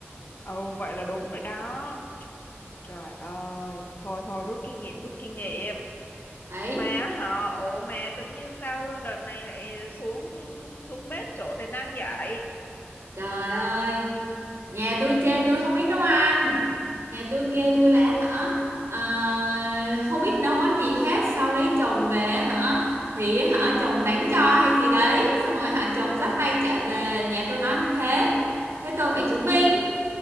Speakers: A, on the left (about 45°); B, on the right (about 80°).
A: ừ vậy là đúng rồi đó Trời ơi, thôi thôi rút kinh nghiệm, rút kinh nghiệm.
B: đấy
A: Mà hả, ủa mà tự nhiên sao đợt này lại xuống xuống bếp chỗ tài năng vậy? <laughs>
B: trời ơi nhà tôi chê tôi không biết nấu ăn nhà tôi kêu tôi là hả à, không biết nấu món gì hết sau lấy chồng về hả thì hả chồng đánh cho hay gì đấy xong rồi hả chồng dắt tay trả về nhà tôi nói như thế thế tôi phải chứng minh